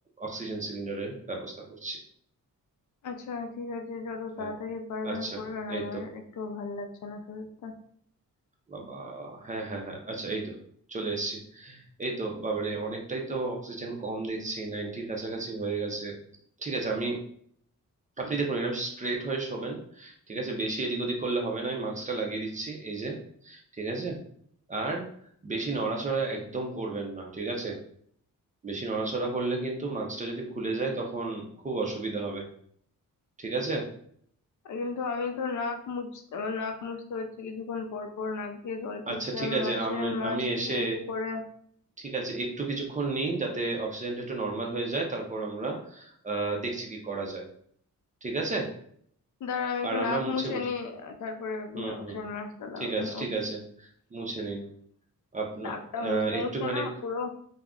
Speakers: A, on the right; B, on the left.
A: অক্সিজেন সিলিন্ডারের ব্যবস্থা করছি
B: আচ্ছা ঠিক আছে যত তাড়াতাড়ি
A: হ্যাঁ
B: পারবেন
A: আচ্ছা
B: করবেন
A: এই
B: আমার
A: তো
B: একটু ভাল লাগছে না শরীরটা
A: বাবা হ্যাঁ হ্যাঁ হ্যাঁ আচ্ছা এই তো চলে এসেছি এই তো বাবারে অনেকটাই তো অক্সিজেন কম দেখছি নাইনটির কাছাকাছি হয়ে গেছে ঠিক আছে আমি আপনি দেখুন এরকম স্ট্রেট হয়ে শোবেন ঠিক আছে বেশি এদিক ওদিক করলে হবে না আমি মাস্কটা লাগিয়ে দিচ্ছি এই যে ঠিক আছে আর বেশি নড়াচড়া একদম করবেন না ঠিক আছে বেশি নড়াচড়া করলে কিন্তু মাস্কটা যদি খুলে যায় তখন খুব অসুবিধা হবে ঠিক আছে
B: কিন্তু আমি তো নাক মুছতে আমার নাক মুছতে হচ্ছে কিছুক্ষণ পর পর নাক দিয়ে জল পড়ছে
A: আচ্ছা ঠিক
B: আমি
A: আছে
B: অক্সিজেন
A: আমি
B: মাস্ক
A: আমি এসে
B: দিয়ে কি করে
A: ঠিক আছে একটু কিছুক্ষণ নিন যাতে অক্সিজেনটা একটু নর্মাল হয়ে যায় তারপর আমরা আহ দেখছি কি করা যায় ঠিক আছে
B: দাঁড়া আমি একটু
A: আর আমরা
B: নাক
A: মুছে
B: মুছে
A: মুছে
B: নি তারপরে আপনি
A: হুম
B: অক্সিজেন
A: হুম
B: মাস্কটা লাগাবেন
A: ঠিক আছে
B: ও
A: ঠিক আছে মুছে নিন আপনার
B: নাকটা
A: আহ,
B: মুছতে
A: একটুখানি
B: মুছতে না পুরো